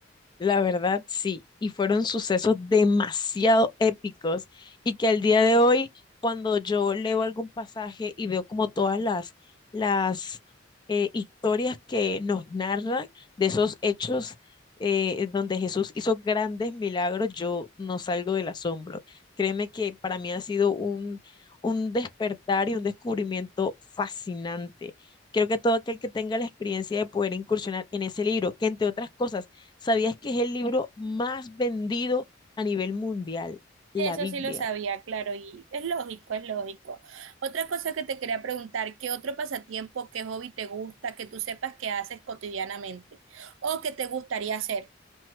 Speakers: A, on the left; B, on the right.
A: La verdad, sí, y fueron sucesos demasiado épicos y que al día de hoy, cuando yo leo algún pasaje y veo como todas las, las eh, historias que nos narran de esos hechos eh, donde Jesús hizo grandes milagros, yo no salgo del asombro. Créeme que para mí ha sido un, un despertar y un descubrimiento fascinante. Creo que todo aquel que tenga la experiencia de poder incursionar en ese libro, que entre otras cosas, ¿Sabías que es el libro más vendido a nivel mundial? La
B: Sí, eso
A: Biblia.
B: sí lo sabía, claro, y es lógico, es lógico. Otra cosa que te quería preguntar, ¿qué otro pasatiempo, qué hobby te gusta, que tú sepas que haces cotidianamente o que te gustaría hacer?